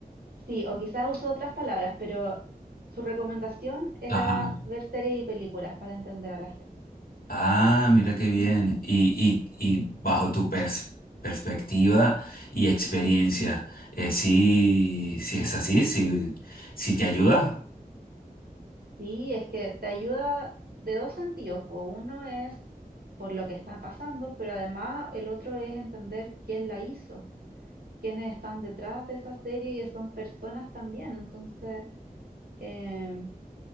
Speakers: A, on the right (about 85°); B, on the left (about 75°).
A: sí, o quizás usó otras palabras, pero su recomendación era
B: Ajá.
A: ver series y películas para entender a la gente.
B: Ah, mira qué bien. Y, y, y bajo tu pers- perspectiva y experiencia, eh, sí, sí es así, sí, sí te ayuda,
A: Sí, es que te ayuda de dos sentidos. po. Uno es por lo que está pasando, pero además el otro es entender quién la hizo. quienes están detrás de esa serie que son personas también. Entonces, eh,